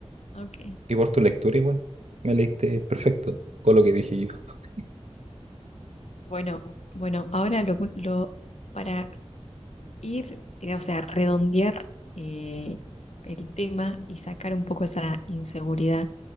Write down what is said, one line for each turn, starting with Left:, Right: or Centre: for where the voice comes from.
Left: Ok.
Right: Y por tu lectura igual, me leíste perfecto con lo que dije yo. <laughs>
Left: Bueno, bueno, ahora lo, lo- para ir, eh, o sea, redondear eh, el tema y sacar un poco esa inseguridad